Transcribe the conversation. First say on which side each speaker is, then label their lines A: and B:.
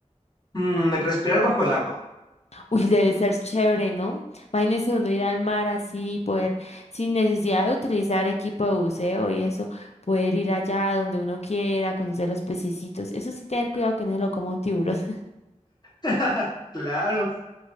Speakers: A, on the left (about 35°); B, on the left (about 60°).
A: Mm, respirar bajo el agua.
B: Uy, debe ser chévere, ¿no? Imagínese uno ir al mar así, poder, sin necesidad de utilizar equipo de buceo y eso, poder ir allá donde uno quiera, conocer los pececitos. Eso sí, tener cuidado que no se lo coma un tiburón. <laughs>
A: <laughs> Claro.